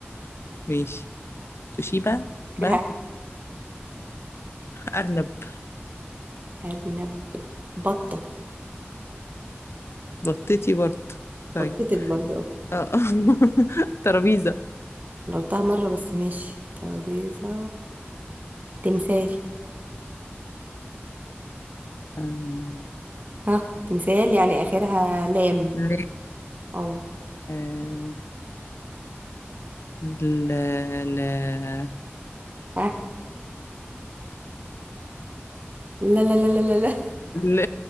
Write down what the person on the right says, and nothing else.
فاكرها
أرنب أرنب. بطه
بطتك برضه
انا قلتها مره بس ماشي ترابيزه تمثال
ها تمثال يعني اخرها لام
او
ها لا لا لا لا لا